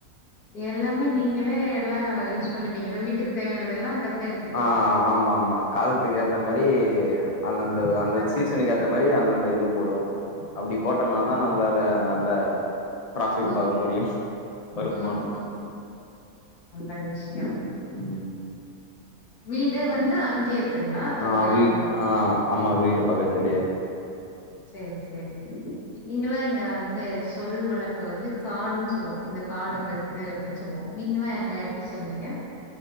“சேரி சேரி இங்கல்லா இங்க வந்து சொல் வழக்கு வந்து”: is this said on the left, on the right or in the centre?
Left